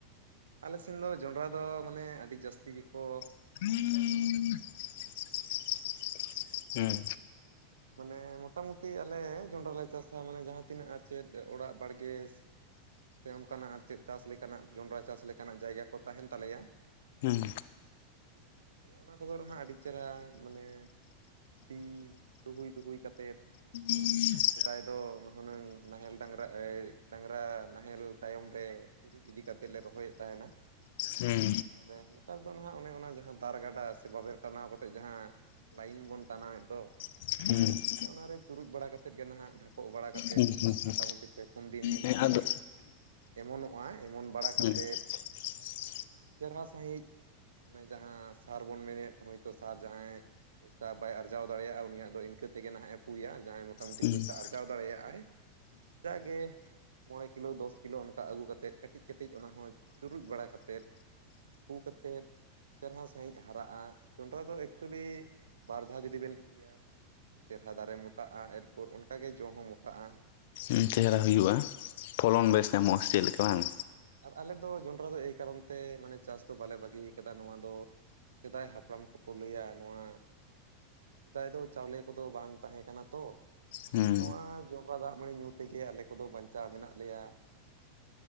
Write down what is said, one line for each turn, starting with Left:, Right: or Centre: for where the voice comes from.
Right: ᱟᱞᱮ ᱥᱮᱱ ᱫᱚ ᱡᱚᱸᱱᱰᱨᱟ ᱫᱚ ᱢᱟᱱᱮ ᱟᱰᱤ ᱡᱟᱹᱥᱛᱤ ᱜᱮᱠᱚ᱾
Left: <inaudible>
Right: ᱦᱩᱸ᱾
Left: ᱦᱩᱸ᱾
Right: ᱢᱟᱱᱮ ᱢᱚᱴᱟ ᱢᱩᱴᱤ ᱟᱞᱮ ᱡᱚᱸᱱᱰᱨᱟ ᱞᱮ ᱪᱟᱥᱟ ᱢᱟᱱᱮ ᱡᱟᱸᱦᱟ ᱛᱤᱱᱟᱹᱜ ᱟᱨ ᱪᱮᱫ ᱚᱲᱟᱜ ᱵᱟᱲᱜᱮ᱾ ᱥᱮ ᱚᱱᱠᱟᱱᱟᱜ ᱟᱨ ᱪᱮᱫ ᱪᱟᱥ ᱞᱮᱠᱟᱱᱟᱜ ᱡᱚᱸᱱᱰᱨᱟ ᱪᱟᱥ ᱞᱮᱠᱟᱱᱟᱜ ᱡᱟᱭᱜᱟ ᱠᱚ ᱛᱟᱦᱮᱱ ᱛᱟᱞᱮᱭᱟ᱾
Left: ᱦᱩᱸ᱾
Right: ᱢᱟᱱᱮ ᱚᱱᱟ ᱠᱚ ᱫᱚ ᱱᱟᱦᱟᱜ ᱟᱹᱰᱤ ᱪᱮᱨᱦᱟ ᱢᱟᱱᱮ ᱥᱤ᱾ ᱴᱩᱦᱩᱭ ᱴᱩᱦᱩᱭ ᱠᱟᱛᱮᱫ᱾
Left: <inaudible>
Right: ᱥᱮᱫᱟᱭ ᱫᱚ ᱱᱟ ᱦᱩᱱᱟᱹᱝ ᱱᱟᱦᱮᱞ ᱰᱟᱸᱝᱨᱟ ᱮᱸ ᱰᱟᱸᱝᱨᱟ ᱱᱟᱦᱮᱞ ᱛᱟᱭᱚᱢ ᱨᱮ᱾ ᱪᱩᱨᱩᱡ ᱤᱫᱤ ᱠᱟᱛᱮ ᱞᱮ ᱨᱚᱦᱚᱭ ᱮᱫ ᱛᱟᱦᱮᱱᱟ᱾
Left: ᱦᱩᱸ
Right: ᱟᱨ ᱱᱮᱛᱟᱨ ᱫᱚ ᱱᱟᱦᱟᱜ ᱚᱱᱮ ᱚᱱᱟ ᱡᱟᱸᱦᱟ ᱫᱟᱨ ᱜᱟᱰᱟ ᱥᱮ ᱵᱟᱵᱮᱨ ᱴᱟᱱᱟᱣ ᱠᱟᱛᱮᱜ ᱡᱟᱸᱦᱟ᱾ ᱞᱟᱭᱤᱱ ᱵᱚᱱ ᱴᱟᱱᱟᱣ ᱮᱫ ᱫᱚ᱾
Left: ᱦᱩᱸ᱾
Right: ᱚᱱᱮ ᱚᱱᱟ ᱨᱮ ᱪᱩᱨᱩᱡ ᱵᱟᱲᱟ ᱠᱟᱛᱮᱫ ᱜᱮ ᱱᱟᱦᱟᱜ ᱫᱷᱟ ᱯᱚᱜ ᱵᱟᱲᱟ ᱠᱟᱛᱮᱫ
Left: ᱦᱩᱸ ᱦᱩᱸ ᱦᱩᱸ
Right: ᱢᱚᱴᱟ ᱢᱩᱴᱤ ᱯᱮ ᱯᱩᱱ ᱫᱤᱱ
Left: ᱦᱮᱸ ᱟᱫᱚ
Right: ᱮᱢᱚᱱᱚᱜᱼᱟ ᱮᱢᱚᱱ ᱵᱟᱲᱟ ᱠᱟᱛᱮᱫ᱾
Left: ᱦᱩᱸ <inaudible>
Right: ᱪᱮᱨᱦᱟ ᱥᱟᱸᱦᱤᱡ᱾ ᱚᱱᱮ ᱡᱟᱸᱦᱟ ᱥᱟᱨ ᱵᱚᱱ ᱢᱮᱱᱮᱫ ᱦᱳᱭᱛᱳ ᱥᱟᱨ ᱡᱟᱸᱦᱟᱭ ᱯᱚᱭᱥᱟ ᱵᱟᱭ ᱟᱨᱡᱟᱣ ᱫᱟᱲᱮᱭᱟᱜᱼᱟ ᱩᱱᱤᱭᱟᱜ ᱫᱚ ᱤᱱᱠᱟᱹ ᱛᱮ ᱜᱮ ᱱᱟᱦᱟᱜ ᱮ ᱯᱩᱭᱟ ᱡᱟᱸᱦᱟᱭ ᱢᱚᱴᱟ ᱢᱩᱴᱤ
Left: ᱦᱩᱸ
Right: ᱯᱚᱭᱥᱟ ᱟᱨᱡᱟᱣ ᱫᱟᱲᱮᱭᱟᱜᱼᱟᱭ ᱡᱟᱜᱮ᱾ ᱢᱚᱬᱮ ᱠᱤᱞᱳ ᱫᱚᱥ ᱠᱤᱞᱳ ᱚᱱᱠᱟ ᱟᱹᱜᱩ ᱠᱟᱛᱮᱫ ᱠᱟᱹᱴᱤᱡ ᱠᱟᱹᱴᱤᱡ ᱚᱱᱟ ᱦᱚᱸ ᱪᱩᱨᱩᱡ ᱵᱟᱲᱟ ᱠᱟᱛᱮᱫ᱾ ᱯᱩ ᱠᱟᱛᱮᱫ᱾ ᱪᱮᱨᱦᱟ ᱥᱟᱸᱦᱤᱡ ᱦᱟᱨᱟᱜ-ᱟ ᱡᱚᱸᱰᱨᱟ ᱫᱚ ᱮᱠᱪᱩᱭᱮᱞᱤ ᱵᱟᱨ ᱫᱷᱟᱣ ᱡᱩᱫᱤ ᱵᱮᱱ ᱯᱩᱭᱟ᱾ ᱪᱮᱨᱦᱟ ᱫᱟᱨᱮ ᱢᱚᱴᱟᱜ-ᱟ ᱮᱨᱯᱚᱨ ᱚᱱᱠᱟ ᱜᱮ ᱡᱚ ᱦᱚᱸ ᱢᱚᱴᱟᱜ-ᱟ᱾
Left: ᱩᱸ ᱪᱮᱦᱨᱟ ᱦᱩᱭᱩᱜ-ᱟ ᱯᱷᱚᱞᱚᱱ
Right: ᱦᱮᱸ
Left: ᱵᱮᱥ ᱧᱟᱢᱚᱜᱼᱟ ᱥᱮ ᱪᱮᱫ ᱞᱮᱠᱟ ᱵᱟᱝ᱾
Right: ᱦᱮᱸ ᱟᱨ ᱟᱞᱮ ᱫᱚ ᱡᱚᱸᱱᱰᱨᱟ ᱫᱚ ᱮᱭ ᱠᱟᱨᱚᱱ ᱛᱮ ᱢᱟᱱᱮ ᱪᱟᱥ ᱫᱚ ᱵᱟᱞᱮ ᱵᱟᱹᱜᱤᱭ ᱠᱟᱫᱟ ᱱᱚᱣᱟ ᱫᱚ᱾ ᱥᱮᱫᱟᱭ ᱦᱟᱯᱲᱟᱢ ᱠᱚ ᱠᱚ ᱞᱟᱹᱭᱟ ᱱᱚᱣᱟ ᱥᱮᱫᱟᱭ ᱫᱚ᱾ ᱪᱟᱣᱞᱮ ᱠᱚ ᱫᱚ ᱵᱟᱝ ᱛᱟᱸᱦᱮ ᱠᱟᱱᱟ ᱛᱚ
Left: ᱦᱩᱸ
Right: ᱱᱚᱣᱟ ᱡᱚ ᱱᱰᱨᱟ ᱫᱟᱜ ᱢᱟᱹᱲᱤ ᱧᱩ ᱛᱮ ᱜᱮ ᱟᱞᱮ ᱠᱚ ᱫᱚ ᱵᱟᱧᱪᱟᱣ ᱢᱮᱱᱟᱜ ᱞᱮᱭᱟ᱾